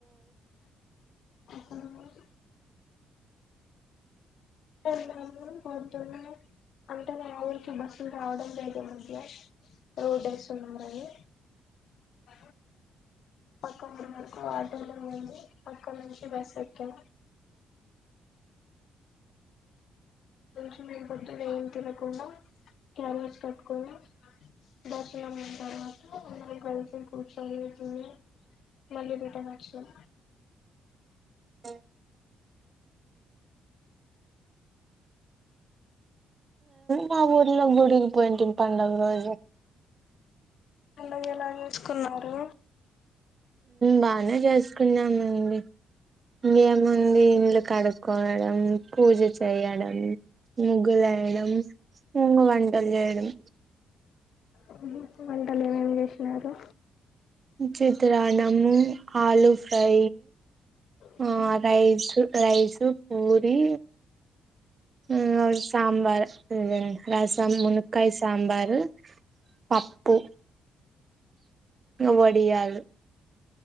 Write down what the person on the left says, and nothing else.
ఎక్కడ వున్నావ్ వస్తే పొద్దున్నే అంటే మా ఊరికి బస్సులు రావడం లేదు ఈ మధ్య రోడ్ వేస్తు ఉన్నారని అ పక్క పిల్లలతో ఆడుకు పిల్లలు అండి అక్కడి నుంచి బస్ ఎక్క కొంచెం మేము పొద్దున ఏం తినకుండా క్యారేజ్ కట్టుకొని బస్ ఉంటారు సి ఇప్పుడు సాయంత్రమే మళ్ళీ రిటర్న్ వచ్చినాం
పండగ ఎలాగ చూసుకున్నారు
ఊహు వంటలు ఏమేం చేస్ చారు
చేసినారు